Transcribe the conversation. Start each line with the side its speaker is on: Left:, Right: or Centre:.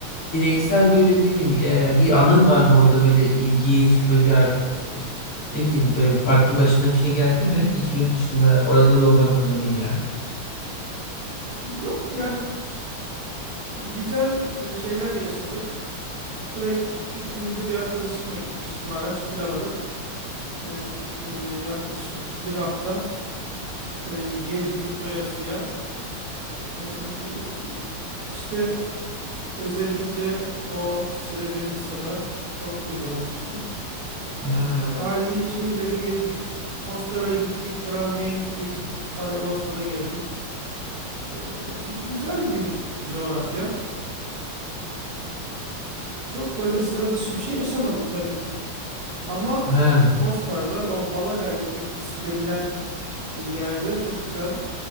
Left: bireysel böyle ne bileyim e, bir anın var mı orada böyle ilginç böyle bir ar- e, ne bileyim böyle farklı başına bir şey geldi mi? Hiç yurt dışında orada da olmak zorunda değil yani.
Right: Yok yani güzel e, şeyler yaşadık. Oraya gittiğimizde bir arkadaşımla gitmiştim. Araç kiraladık. E, e, yaklaşık bir hafta e, gezdik doyasıya. E, işte özellikle o Srebrenica'da çok duygulanmıştım.
Left: Ha,
Right: Tarihi şehirleri gezdik. Mostar'a gittik, Travni'ye gittik, Saraybosna'da gezdik. Ee, güzel bir coğrafya. Çok böyle sıra dışı bir şey yaşamadık tabii ki. Ama
Left: ha,
Right: Mostar'da o Balagay Tekisi denilen yerde çok güzel